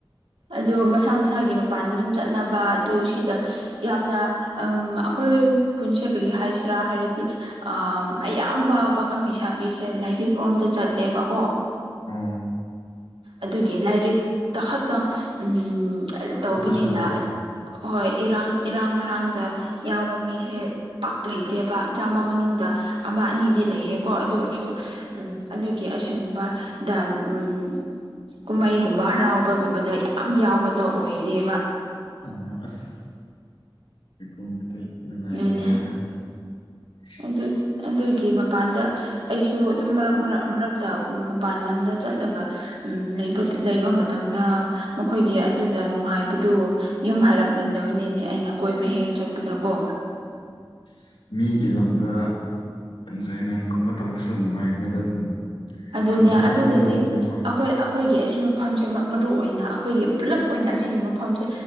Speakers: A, on the right; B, on the left.
A: ꯑꯗꯨ ꯃꯁꯥ ꯃꯁꯥꯒꯤ ꯃꯄꯥꯟꯗ ꯑꯗꯨꯝ ꯆꯠꯅꯕ ꯑꯗꯨ ꯁꯤꯗ ꯌꯥꯝꯅ ꯎꯝ ꯑꯩꯈꯣꯏ ꯈꯨꯟꯁꯦ ꯀꯔꯤ ꯍꯥꯏꯁꯤꯔꯥ ꯍꯥꯏꯔꯗꯤ ꯑꯥ ꯑꯌꯥꯝꯕ ꯄꯥꯈꯪ ꯂꯩꯁꯥꯕꯤ ꯁꯦ ꯂꯥꯏꯔꯤꯛ ꯂꯣꯝꯗ ꯆꯠꯂꯦꯕꯀꯣ
B: ꯑꯣ
A: ꯑꯗꯨꯒꯤ ꯂꯥꯏꯔꯤꯛꯇ ꯈꯛꯇꯪ ꯎꯝ ꯇꯧꯕꯅꯤꯅ
B: ꯐꯣꯀꯁ ꯇꯧꯕ
A: ꯍꯣꯏ ꯏꯔꯥꯡ ꯏꯔꯥꯡ ꯐꯔꯥꯡꯗ ꯌꯥꯎꯕ ꯃꯤꯁꯦ ꯄꯥꯛ ꯂꯩꯇꯦꯕ ꯆꯥꯝꯃ ꯃꯅꯨꯡꯗ ꯑꯃ ꯑꯅꯤꯗꯤ ꯂꯩꯌꯦꯀꯣ ꯑꯗꯨ ꯑꯣꯏꯔꯁꯨ ꯎꯝ ꯑꯗꯨꯒꯤ ꯑꯁꯤꯒꯨꯝꯕꯗ ꯎꯝ ꯀꯨꯝꯍꯩꯒꯨꯝꯕ ꯍꯔꯥꯎꯕꯒꯨꯝꯕꯗ ꯌꯥꯝ ꯌꯥꯎꯕꯗꯣ ꯑꯣꯏꯗꯦꯕ
B: ꯎꯝ ꯑꯁ ꯂꯩꯈꯣꯝꯗꯗꯤ ꯅꯨꯡꯉꯥꯏꯔꯣꯏꯗ
A: ꯑꯗꯨꯅꯦ
B: <unintelligible>
A: ꯑꯗꯨ ꯑꯗꯨꯒꯤ ꯃꯄꯥꯟꯗ ꯑꯩꯁꯨ ꯑꯗꯨꯝ ꯃꯔꯛ ꯃꯔꯛ ꯃꯔꯛꯇ ꯃꯄꯥꯟ ꯂꯝꯗ ꯆꯠꯂꯒ ꯎꯝ ꯂꯩꯕ ꯃꯇꯝꯗ ꯃꯈꯣꯏꯒꯤ ꯑꯗꯨꯗ ꯅꯨꯡꯉꯥꯏꯕꯗꯨ ꯌꯨꯝ ꯍꯜꯂꯛꯅꯤꯡꯗꯕꯅꯤꯅꯦ ꯑꯩꯅ ꯀꯣꯏꯕ ꯍꯦꯛ ꯆꯠꯄꯗꯀꯣ
B: ꯎꯝ ꯑꯁ ꯃꯤꯒꯤ ꯂꯝꯗ ꯖꯦꯑꯦꯅꯦꯟ ꯀꯨꯝꯕ ꯇꯧꯕꯁꯨ ꯅꯨꯡꯉꯥꯏꯕꯅꯤꯗ ꯑꯗꯨꯝ
A: ꯑꯗꯨꯅꯦ
B: ꯈꯨꯟꯗ ꯈꯛꯇꯪ
A: ꯑꯗꯨꯗꯗꯤ
B: ꯌꯥꯎꯕꯁꯦꯀꯣ
A: ꯑꯩꯈꯣꯏ ꯑꯩꯈꯣꯏꯒꯤ ꯑꯁꯤ ꯃꯐꯝꯁꯦ ꯃꯔꯨ ꯑꯣꯏꯅ ꯑꯩꯈꯣꯏꯒꯤ ꯄꯨꯂꯞ ꯑꯣꯏꯅ ꯑꯁꯤꯒꯤ ꯃꯐꯝꯁꯦ